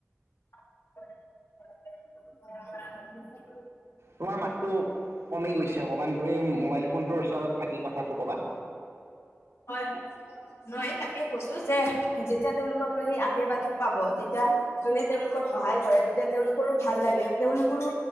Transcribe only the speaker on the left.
<inaudible>
হয়। নহয় তাকে কৈছো, যে যেতিয়া তেওঁলোকৰ পৰা সেই আশীৰ্বাদটো পাব তেতিয়া যোনে তেওঁলোকৰ সহায় কৰে, তেতিয়া তেওঁলোকৰো ভাল লাগে। তেওঁলোকৰো